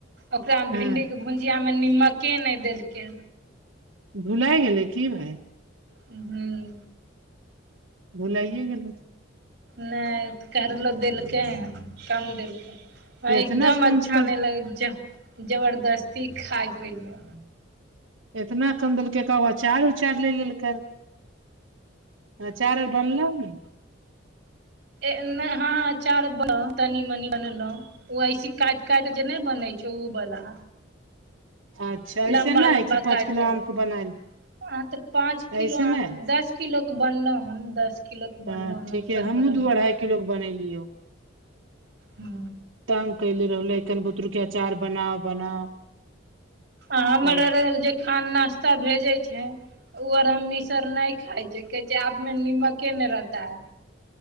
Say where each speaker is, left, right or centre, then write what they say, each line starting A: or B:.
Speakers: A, on the right; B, on the right.
A: ओकरामे
B: हँ
A: भिण्डी के भुजिया में नीमके नहि देलकै
B: भुलाय गेलै की भाय
A: हू
B: भुलाइए गेलै होतौ
A: नहि तऽ कहलो देलकै हन कम देलकै
B: तऽ
A: एकदम
B: एतना
A: अच्छा
B: कम पर
A: नहि लगे जबरदस्ती खाय पिय ले
B: एतना कम देलकै कब अचार उचार ले लेलकै त अचार आर बनल ने
A: ए हँ अचार ब तनी मनी बनेलो ओ ऐसे काटि काटि जे नहि बनै छै ओ बला
B: अच्छा ऐसे
A: लम्बा
B: नहि
A: लम्बा
B: कि पाँच
A: काटि
B: किलो आम
A: काट
B: के बनायल
A: अह तऽ पाँच किलो
B: ऐसे नहि
A: आम दस किलो क बनलो हन दस किलो के
B: हँ
A: बनलहुँ हन
B: ठीके
A: औसन
B: हमहूँ
A: बला
B: दू
A: भी
B: अढ़ाई किलो के बनेलियौ
A: ह
B: तंग कले रहले कन बुतरुके अचार बनाउ बनाउ
A: आ हमरर
B: कहली,
A: जे खान नाश्ता भेजैत छै ओ आर हम मिसर नहि खााय छ कहै छै आब मे नीमके ने रहता है